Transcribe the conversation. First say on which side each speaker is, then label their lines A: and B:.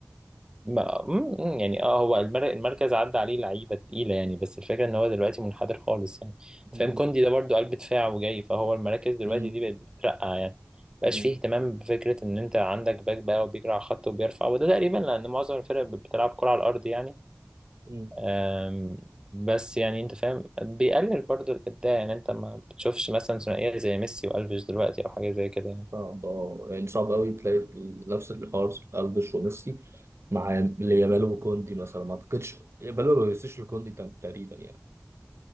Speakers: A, on the right (about 15°); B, on the right (about 55°).
A: ما مم، يعني اه هو المر- المركز عدى عليه لعيبه تقيله يعني بس الفكره ان هو دلوقتي منحدر خالص يعني أنت
B: مم.
A: فاهم كوندي ده برضو قلب دفاع وجاي فهو المراكز دلوقتي
B: مم.
A: دي بقت بتترقع يعني مبقاش
B: مم.
A: فيه اهتمام بفكره ان انت عندك باك بقى وبيجري على الخط وبيرفع وده تقريبا لان معظم الفرق بتلعب كره على الارض يعني
B: مم.
A: أم، بس يعني انت فاهم بيقلل برضو الابداع يعني انت ما بتشوفش مثلا ثنائيه زي ميسي والفيش دلوقتي او حاجه زي كده يعني
B: صعب آه. يعني صعب قوي تلاقي نفس الحوار الفش وميسي مع يامال وكوندي مثلا ما اعتقدش يامال ما بيمسيش لكوندي تم- تقريبا يعني